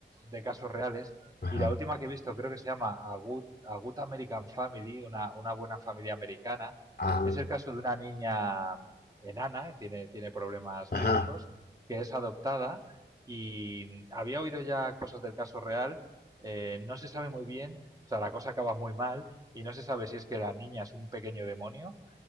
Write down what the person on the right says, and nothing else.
de casos reales.
Y la última que he visto creo que se llama A Good, A Good American Family, una, una buena familia americana.
Es el caso de una niña enana, que tiene, tiene problemas
físicos, que es adoptada. Y había oído ya cosas del caso real. eh, no se sabe muy bien, o sea, la cosa acaba muy mal y no se sabe si es que la niña es un pequeño demonio